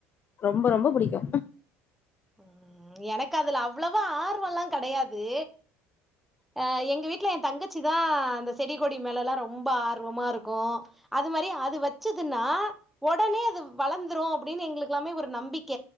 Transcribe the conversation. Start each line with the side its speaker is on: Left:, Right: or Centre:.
Left: ரொம்ப ரொம்ப புடிக்கு
Centre: ம் எனக்கு அதுல அவ்ளவா ஆர்வல்லா கெடையாது அ எங்க வீட்டுல எ தங்கச்சி தா அந்த செடி கொடி மேலலா ரொம்ப ஆர்வமா இருக்கோ அது மாரி அது வச்சதுன்னா ஒடனே அது வளந்துரு அப்டின்னு எங்களுக்குக்கெல்லாமே ஒரு நம்பிக்க